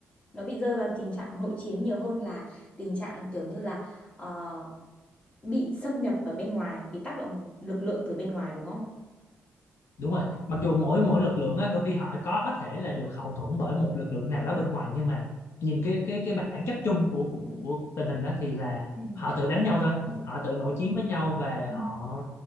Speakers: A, on the left; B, on the left.
A: nó bị rơi vào tình trạng nội chiến nhiều hơn là tình trạng kiểu như là ờ, bị xâm nhập ở bên ngoài bị tác động lực lượng từ bên ngoài đúng không
B: đúng rồi mặc dù mỗi mỗi lực lượng á đôi khi họ có thể là được hậu thuẫn bởi một lực lượng nào đó bên ngoài nhưng mà nhìn cái cái cái bản chất chung của của tình hình đó thì là
A: Ừ.
B: họ tự đánh nhau thôi họ tự nội chiến với nhau và
A: Ừ.
B: họ